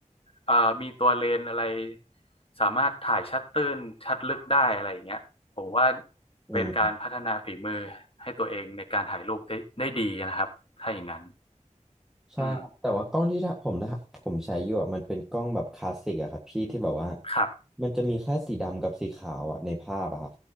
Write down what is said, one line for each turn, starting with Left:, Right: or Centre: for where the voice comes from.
Left: เอ่อมีตัวเลนส์อะไรสามารถถ่ายชัดตื้นชัดลึกได้อะไรอย่างเงี้ยผมว่า
Centre: ่ายอืม
Left: เป็นการพัฒนาฝีมือให้ตัวเองในการถ่ายรูปได้ได้ดีนะครับถ้าอย่างนั้น
Centre: ใช่ครับแต่ว่ากล้องที่ถ้าผมนะผมใช้อยู่อะมันเป็นกล้องแบบคลาสสิกอะครับพี่ที่แบบว่า
Left: อืมครับ
Centre: มันจะมีแค่สีดำกับสีขาวอะในภาพอะครับ